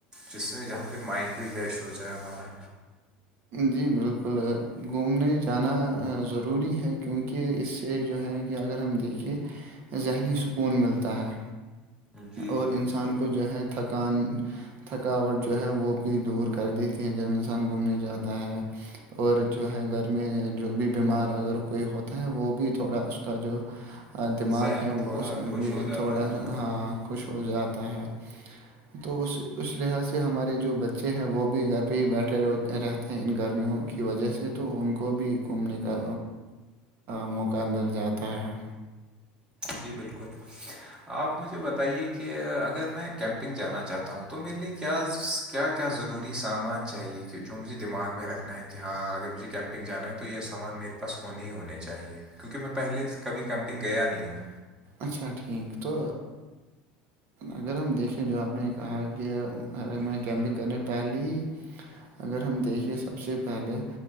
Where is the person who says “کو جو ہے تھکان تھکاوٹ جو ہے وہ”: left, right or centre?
Right